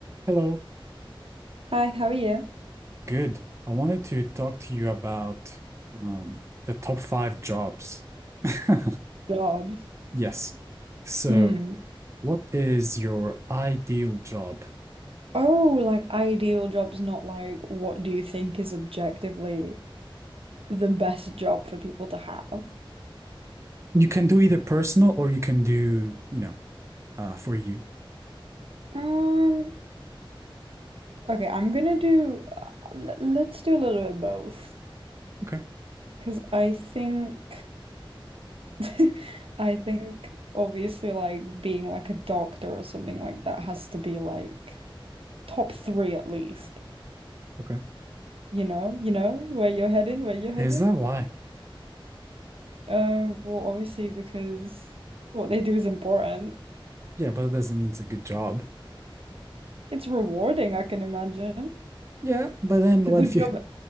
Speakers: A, on the right; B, on the right.
A: Hello.
B: Hi, how are you?
A: Good. I wanted to talk to you about um, the top five jobs. <laughs>
B: Jobs.
A: Yes. So,
B: Hmm.
A: what is your ideal job?
B: Oh, like ideal jobs, not like what do you think is objectively the best job for people to have?
A: You can do either personal or you can do, you know, uh, for you.
B: Um, okay, I'm gonna do, uh, l- let's do a little bit of both.
A: Okay.
B: Because I think, <laughs> I think obviously like being like a doctor or something like that has to be like top three at least.
A: Okay.
B: You know, you know, where you're heading, where you're heading.
A: Is that why?
B: Um, well, obviously because what they do is important.
A: Yeah, but it doesn't mean it's a good job.
B: It's rewarding, I can imagine.
A: Yeah, but then
B: It's
A: what
B: a good
A: if
B: job.
A: you,